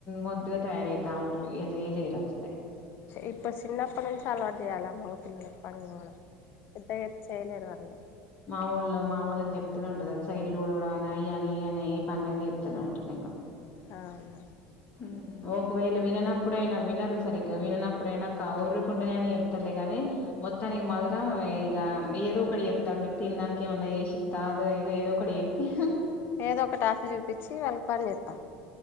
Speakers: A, on the left; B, on the left.
A: మొద్దుగా తయారైతా ఉంటారు జేయ్యలేరు అసలే
B: ఇప్ప చిన్నప్ప నుంచి అలవాటు చేయాల మగ పిల్లలకు పని ఇగ మనం పెద్దగ అయితే చేయలేరు వాళ్లు
A: మా ఊళ్లో మా వొళ్ళకి చెప్తూనే ఉంటుంది సైడ్లు ఉడవడం అని అయ అని ఇయ అని ఈ పనుల అని చెప్తూనే ఉంటాను నేను
B: అ అవునా
A: ఉమ్ ఓక వేళ విననా ఎప్పుడైనా వినరు సరిగ్గా విననప్పుడైనా కౌరుకుంటేనాయినా చెప్తారులే గానీ మొత్తానికి మాదె క ఇగ ఏదో ఒకటి చెప్తాడు మీకు తినడానికి ఏమన్నా చేసిస్తా అదో ఏదో ఏదో ఒకటి చెప్పి
B: ఏదో ఒకటి ఆశ చూపించి వెళ్ళకు పని చెప్పా